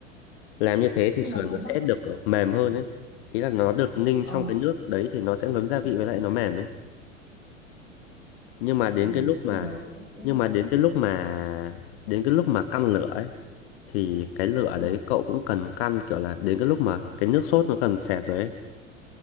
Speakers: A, on the left; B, on the left.
A: làm như thế thì
B: nhưng
A: sườn
B: mà nếu
A: nó sẽ
B: mà
A: được mềm hơn ấy ý là nó được ninh
B: ờ
A: trong cái nước đấy thì nó sẽ ngấm gia vị với lại nó mềm ấy nhưng mà đến
B: Ờ,
A: cái lúc
B: bây
A: mà
B: giờ tức tức
A: nhưng
B: là
A: mà đến cái lúc mà đến cái lúc mà căn lửa ấy thì cái lửa
B: ừ,
A: đấy cậu cũng cần căn kiểu là đến cái lúc mà cái nước sốt nó cần sệt rồi ấy